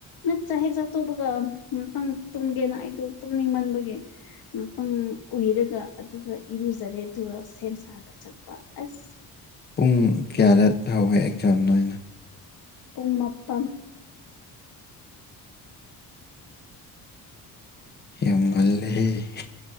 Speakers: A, on the left; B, on the left.
A: ꯅꯠ ꯆꯥꯛ ꯍꯦꯛ ꯆꯥꯛ ꯇꯨꯧꯕꯒ ꯉꯇꯪ ꯇꯨꯝꯒꯦꯅ ꯑꯩꯗ ꯇꯨꯝꯅꯤꯡꯃꯟꯕꯒꯤ ꯃꯄꯪ ꯎꯏꯔꯒ ꯑꯗꯨꯒ ꯏꯔꯨꯖꯔꯦ ꯑꯗꯨꯒ ꯁꯦꯝ ꯁꯥꯔꯒ ꯆꯠꯄ ꯑꯁ
B: ꯄꯨꯡ ꯀꯌꯥꯔꯠ ꯍꯧꯋꯦ ꯑꯦꯛꯖꯥꯝꯅ ꯑꯣꯏꯅ
A: ꯄꯨꯡ ꯃꯥꯄꯟ
B: ꯌꯥꯝ ꯉꯜꯂꯦꯍꯦ